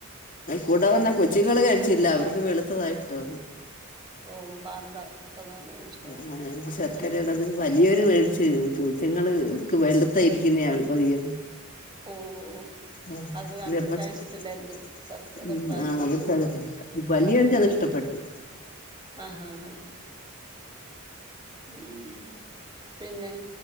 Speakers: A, on the right (about 20°); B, on the left (about 40°).
A: ആഹ്
B: കൂടെ വന്ന കൊച്ചുങ്ങള്ൾ കഴിച്ചില്ല അവർക്ക് വെളുത്തതായിട്ട്
A: ഓ പാലട പ്രധാനാണ് ഇഷ്ടം
B: ആ ഇത് ശർക്കാരടത്
A: ഉം
B: വലിയൊരു മേടിച്ച് കൊച്ചുങ്ങള്ക്ക് വെ യിരിക്കുന്ന പറയ
A: ഓഹ്
B: <unintelligible>
A: അവര് കണ്ട് കഴിച്ചിട്ടില്ലായിരിക്കും ശർക്കര പായസം
B: വലിയർക്ക അത്
A: ഉം
B: ഇഷ്ടപ്പെട്ടു
A: ആഹ് ആഹ് ആഹ് ഉം പിന്നെ